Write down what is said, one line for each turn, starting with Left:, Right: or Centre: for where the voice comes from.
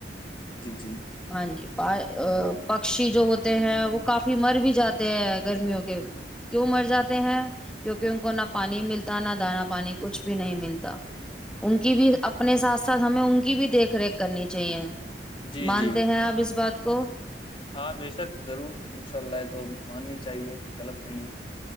Left: جی جی
Centre: ہاں جی پکشی جو ہوتے ہیں وہ کافی مر بھی جاتے ہیں گرمیوں کے کیوں مر جاتے ہیں کیونکہ ان کو نہ پانی ملتا نہ دانا پانی کچھ بھی نہیں ملتا ان کی بھی اپنے ساتھ ساتھ ہمیں ان کی بھی دیکھ ریکھ کرنی چاہیے
Left: جی
Centre: مانتے
Left: جی
Centre: ہیں آپ اس بات کو کو
Left: ہاں بےشک ضرور انشاء اللہ ہے تو ماننی چاہیے غلط نہیں ہے